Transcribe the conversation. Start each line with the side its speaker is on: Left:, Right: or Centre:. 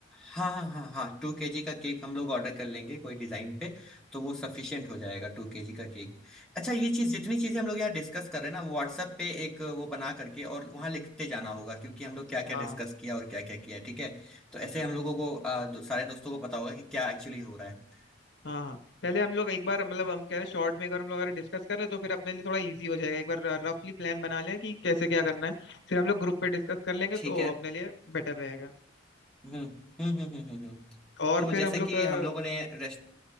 Centre: हाँ हाँ हाँ हाँ टू केजी का केक हम लोग ऑर्डर कर लेंगे कोई डिजाइन पे तो वो सफिशियंट हो जाएगा टू केजी का केक अच्छा ये चीज जितनी चीजें हम लोग यहाँ डिस्कस कर रहे हैं ना व्हाट्सएप पे एक वो बना करके और वहाँ लिखते जाना होगा क्योंकि हम लोग क्या क्या
Left: हाँ
Centre: डिस्कस किया और क्या क्या किया है ठीक है तो ऐसे हम लोगों को आ, तो सारे दोस्तों को पता होगा कि क्या एक्चुअली हो रहा है
Left: हाँ हाँ पहले हम लोग एक बार मतलब हम कह रहे हैं शॉर्ट में एक बार हम लोग अगर डिस्कस कर ले तो फिर अपने लिए थोड़ा इजी हो जाएगा एक बार रफली प्लान बना लें कि कैसे क्या करना है फिर हम लोग ग्रुप पे डिस्कस कर लेंगे
Centre: ठीक
Left: तो
Centre: है
Left: अपने लिए बेटर रहेगा
Centre: हम्म हम्म हम्म हम्म हम्म हम्म।
Left: और
Centre: तो
Left: फिर
Centre: जैसे
Left: हम लोग
Centre: कि
Left: अ,
Centre: हम लोगों ने रेस्ट